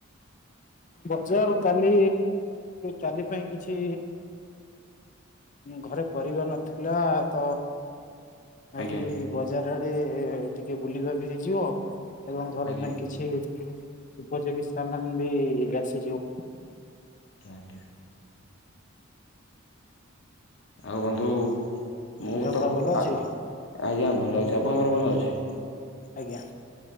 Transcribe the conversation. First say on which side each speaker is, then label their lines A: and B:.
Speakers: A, on the left (about 35°); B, on the left (about 60°).
A: ବଜାର କାଲି କାଲି ପାଇଁ କିଛି ଘରେ ପରିବାର ନଥିଲା ତ। ଭାବିଲି
B: ଆଜ୍ଞା
A: ବଜାର ଆଡେ ଟିକେ ବୁଲିବା ବି ହେଇଯିବ ଏବଂ ଘର
B: ଆଜ୍ଞା
A: ପାଇଁ କିଛି ଉପଯୋଗୀ ସମାନ ବି ଆସିଯିବ।
B: ଆଜ୍ଞା ଆଜ୍ଞା। ଆଉ ବନ୍ଧୁ ମୁଁ
A: ଦେହ
B: ତ
A: ପା ଭଲ ଅଛି?
B: ଆଜ୍ଞା ଭଲ ଅଛି, ଆପଣଙ୍କର ଭଲ ଅଛି?
A: ଆଜ୍ଞା,